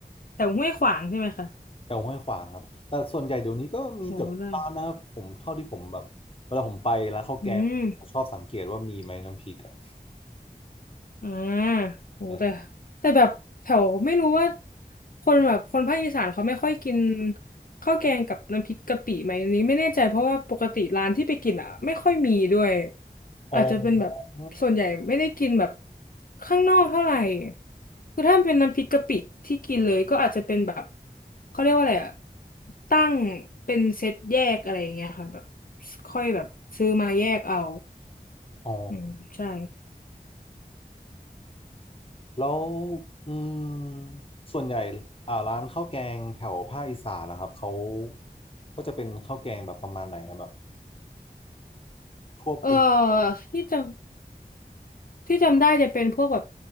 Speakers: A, on the left (about 60°); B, on the left (about 35°).
A: แถวห้วยขวางใช่ไหมคะ
B: แถวห้วยขวางครับแต่ส่วนใหญ่เดี๋ยวนี้ก็มีเกือบทุกร้านนะครับผมเท่าที่ผมแบบเวลาผมไปร้านข้าวแกงผมก็ชอบสังเกตว่ามีไหมน้ำพริกอ่ะ
A: โอ้โหได้อืม อ่าโหแต่
B: <laughs> เออ
A: แต่แบบแถวไม่รู้ว่าคนแบบคนภาคอีสานเขาไม่ค่อยกินข้าวแกงกับน้ำพริกกะปิไหมอันนี้ไม่แน่ใจเพราะว่าปกติร้านที่ไปกินอ่ะไม่ค่อยมีด้วย
B: อ๋อ
A: อาจจะเป็นแบบส่วนใหญ่ไม่ได้กินแบบข้างนอกเท่าไหร่คือถ้าเป็นน้ำพริกกะปิที่กินเลยก็อาจจะเป็นแบบเขาเรียกว่าอะไรอ่ะตั้งเป็นเซตแยกอะไรอย่างเงี้ยค่ะแบบค่อยแบบซื้อมาแยกเอา
B: อ๋อ
A: อืมใช่
B: แล้วอืมส่วนใหญ่อ่าร้านข้าวแกงแถวภาคอีสานนะครับเขาก็จะเป็นข้าวแกงแบบประมาณไหนอะแบบพวกเป็น
A: เออที่จะ ที่จำได้จะเป็นพวกแบบ